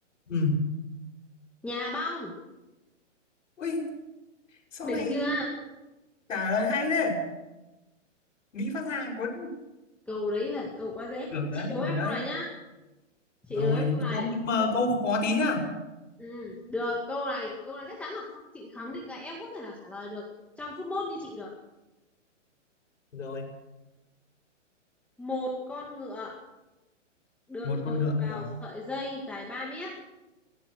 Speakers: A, on the left; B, in the centre.
A: ừ.
B: Nhà băng.
A: ui sau
B: Đỉnh
A: này
B: chưa?
A: trả lời hay đấy nghĩ phát ra có
B: Câu đấy là câu quá dễ.
A: được
B: Chị
A: đấy
B: đố
A: được
B: em
A: đấy
B: câu này nhá. Chị
A: rồi
B: đố em câu này.
A: câu mà câu khó tí nhá
B: Ừ, được, câu này, câu này chắc chắn là không, chị khẳng định là em không thể nào trả lời được trong phút mốt như chị được.
A: rồi
B: một con ngựa được
A: một
B: cột
A: con ngựa
B: vào
A: rồi
B: sợi dây dài 3 mét